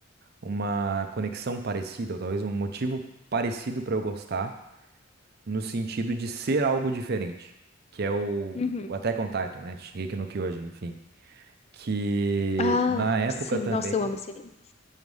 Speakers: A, on the right (about 55°); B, on the left (about 30°).
A: uma conexão parecida, ou talvez um motivo parecido para eu gostar. no sentido de ser algo diferente, que é o,
B: Uhum.
A: o Attack on Titan, né? Shingeki no Kyojin, enfim. Que
B: Ah,
A: na época
B: sim.
A: também,
B: Nossa, eu amo esse anime.